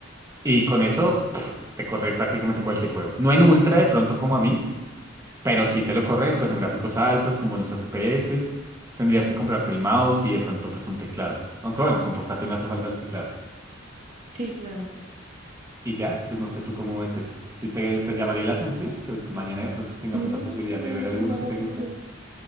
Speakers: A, on the right; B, on the right.
A: Y con eso pff, te corre prácticamente cualquier juego. No en ultra de pronto como a mí, pero sí te lo corre
B: Sí.
A: pues en gráficos altos, con buenos FPS. Tendrías que comprarte el mouse y de pronto pues un teclado. Aunque bueno, con portátil no hace falta el teclado.
B: Sí, claro.
A: Y ya, pues no sé tú cómo ves eso. Si te, te llamaría la atención, que mañana de pronto tengamos
B: Dime,
A: la posibilidad
B: dime,
A: de ver alguno
B: ¿qué más
A: que
B: da
A: te
B: contigo?
A: guste.